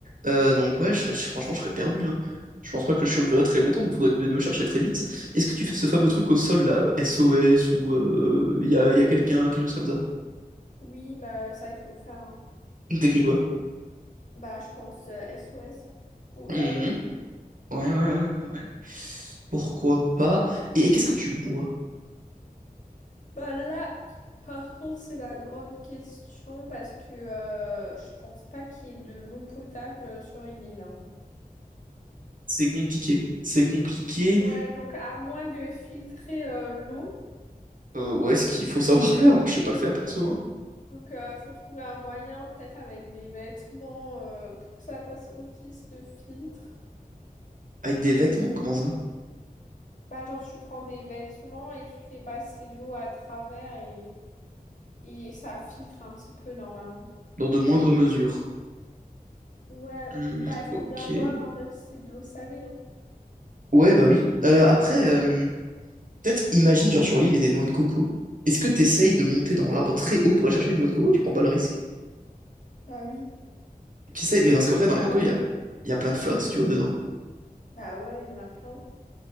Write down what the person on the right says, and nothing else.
Euh, donc, ouais, je serais- je- franchement, je serais perdu. hein. Je pense pas que je survivrais très longtemps, donc faudrait qu'on vienne me chercher très vite. Est-ce que tu fais ce fameux truc au sol, là, SOS, ou euh, y a, y a quelqu'un, quelque chose comme ça?
T'écris quoi?
Mhm.
Ouais, ouais, ouais, ouais, ouais. Pourquoi pas? Et, et qu'est-ce que tu bois?
C'est compliqué. C'est compliqué.
Euh, ouais, ce qu'il faut savoir <laughs> faire, moi, je sais pas le faire perso, hein.
Avec des vêtements, comment ça?
Dans de moindres mesures.
Hmm,
ok.
Ouais, bah oui. Euh, après, euh, peut-être imagine, genre sur l'île, il y a des noix de coco. Est-ce que t'essayes de monter dans l'arbre très haut pour aller chercher une noix de coco? Tu prends pas le risque.
T'essayes, mais
parce qu'après,
dans
la noix de coco,
il
y a, il y a plein de flottes, tu vois, dedans.